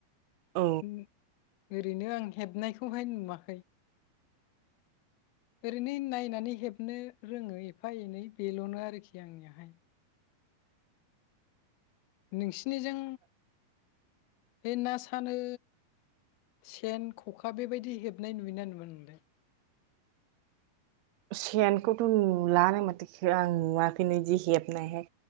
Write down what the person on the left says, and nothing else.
उम ओरैनो आं हेबनायखौहाय नुवाखै ओरैनो नायनानै हेबनो रोङो एफा एनै बेलनो आरोखि आंनियाहाय नोंसिनिजों बे ना सानो सेन खखा बेबायदि हेबनाय नुयोना नुआ नोलाय